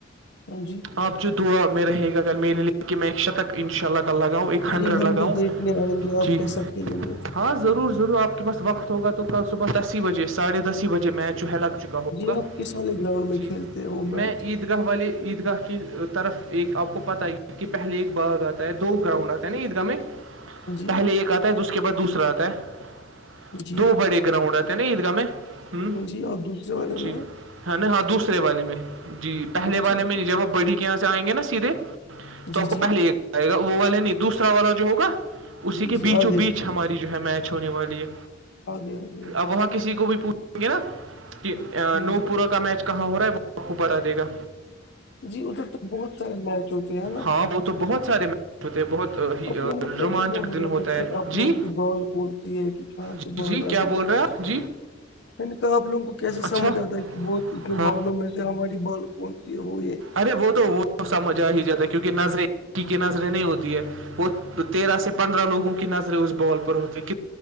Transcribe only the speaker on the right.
آپ جو دعا میں رہے گا اگر میرے لیے کہ میں ایک شتک انشاء اللہ لگاؤ ایک ہنڈریڈ
لگاؤ
جی
ہاں ضرور ضرور آپ کے پس وقت ہوگا تو کل صبح دس ہی بجے ساھے دس ہی بجے می چ ہے لگ چک ہے ہوگا
جی
میں عید عید گاہ والے عیدگاہ کی طرف ایک آپ کو پت ہی ہے کہ پہلے ایک باغ آتا ہے دو گراؤنڈ آتا نا ادھر میں
پہلے ایک آتا ہے تو اس کے بعد دوسرا آتا ہے
دو بڑے گراؤنڈ آتے ہیں نا عید گاہ میں ہ
جی
ہے نا ہاں دوسرے والے میں جی پہے
والے
میں جب بڑی کے یہاں سے آئیں گے نا سیدھے تو
آپ کو
پہلے ایک آئے گا وہ والا نہیں دوسرا والا جو ہوگا اسی
کے بیچوں
بیچ
ہماری جو ہے میچ ہونے والی ہے
اب وہاں کسی کو بھی پوچھیں گے نا کہ
نو
پورو کا میچ کہاں ہو رہا ہے وہ آپ کو بتا دے گا
ہاں وہ تو بہت سارے ہوتے بہت ہی
رومانچک
دن
ہوتا
ہے
جی
جی
جی
کیا
بول رہے ہیں آپ جی
اچھا
ہاں
ارے وہ تو وہ سمج آ ہی جاتا ہے کیونکہ نظریں ایک کی نظریں نہیں ہوتی ہے وہ تیرہ سے پندرہ لوگوں کی نظریں اس بول پر ہوتی ک